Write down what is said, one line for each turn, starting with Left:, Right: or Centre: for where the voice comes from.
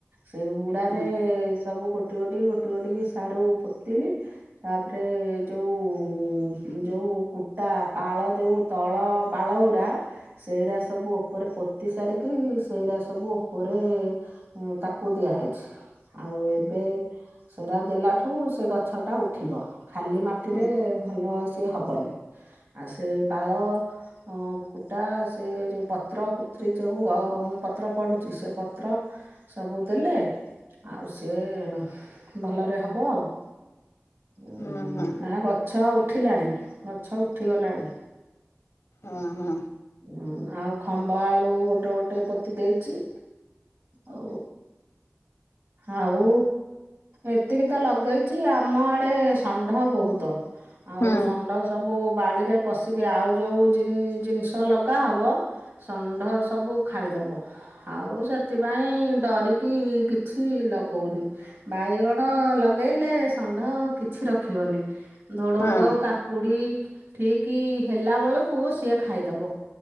Right: ସେ ହୁଡ଼ାରେ
Left: ହୁଁ
Right: ସବୁ ଗୋଟେ ଗୋଟି ଗୋଟିକି ଗୋଟି ଗୋଟିକି ସାରୁ ପୋତିଲିି। ତାପରେ ଯୋଉ ଯୋଉ କୁଟା ପାଳ ଯୋଉ ତଳ ପାଳଉରା ସେଇରା
Left: ହୁଁ
Right: ସବୁ ଉପରେ ପୋତି ସାରିକି ସେଇରା ସବୁ ଉପରେ ତାକୁ ଦିଆହେଇଛି ଆଉ ଏବେ ସେରାା ଦେଲାଠୁ ସେ ଗଛ ଟା ଉଠିବ ଖାଲି ମାଟିରେ
Left: ହୁଁ
Right: ଭଲ ସିଏ ହବନି ଆଉ ସେ ପାଳ ହ କୁଟା ସେ ଯୋଉ ପତ୍ର ପୁତ୍ରୀ ଯୋଉ ଅ ପତ୍ର ପ଼ୁଡୁଛି ସେ ପତ୍ର ସବୁ ଦେଲେ। ଆଉ ସିଏ ଭଲରେ ହବ ଆଉ। ଉଁ
Left: ହୁଁ ହୁଁ ହୁଁ
Right: ଏ ଗଛ ଉଠିଲାଣି ଗଛ ଉଠିଗଲାଣି।
Left: ଉ ହୁ।
Right: ହୁଁ ଆଉ ଖମ୍ବ ଆଳୁ ଗୋଟେ ଗୋଟେ ପୋତି ଦେଇଛି। ଓ ଆଉ ଏତିକି ତ ଲଗେଇଚି ଆମ ଆଡେ ଷଣ୍ଢ ବହୁତ। ଆଉ
Left: ହୁଁ ହୁଁ
Right: ଷଣ୍ଢ ସବୁ ବାଡିରେ ପଶିକି ଆଉ ଯୋଉ ଜିନିଷ ତ ଲଗା ହବ ଷଣ୍ଢ ସବୁ ଖାଇଦବ। ଆଉ ସେଥିପାଇଁ ଡରିକି କିଛି ଲଗଉନି। ବାଇଗଣ ଲଗେଇଲେ ଷଣ୍ଢ କିଛି ରଖିବନି। ଢଡ଼ଙ୍ଗ
Left: ହୁଁ
Right: କାକୁଡ଼ି ଠିକ ହେଲା ବେଳକୁ ସିଏ ଖାଇଦବ।